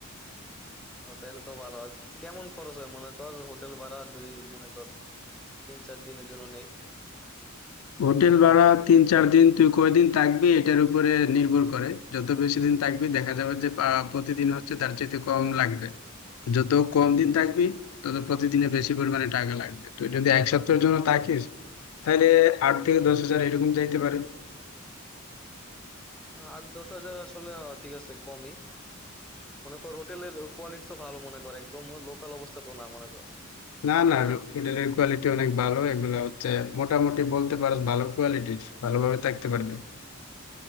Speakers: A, in the centre; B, on the left.
A: আহ, তাহলে তো ভালো আর কেমন খরচ হয় মনে কর হোটেল ভাড়া যদি মনে কর তিন চার দিনের জন্য নেই
B: হোটেল ভাড়া তিন চার দিন তুই কয়দিন থাকবি এটার উপরে নির্ভর করে যত বেশি দিন থাকবি দেখা যাবে যে পা- প্রতিদিন হচ্ছে তার চাইতে কম লাগবে যত কম দিন থাকবি তত প্রতিদিনে বেশি পরিমাণে টাকা লাগবে তুই যদি এক সপ্তাহের জন্য থাকিস তাহলে আট থেকে দশ হাজার এরকম যাইতে পারে
A: আহ, আট দশ হাজার আসলে আহ, ঠিক আছে কমই মনে কর হোটেলের কোয়ালিটি তো ভালো মনে কর একদম লোকাল অবস্থা তো না মনে কর
B: না না
A: তাই না
B: হোটেলের কোয়ালিটি অনেক ভালো এগুলা হচ্ছে মোটামুটি বলতে পারো ভালো কোয়ালিটির ভালোভাবে থাকতে পারবে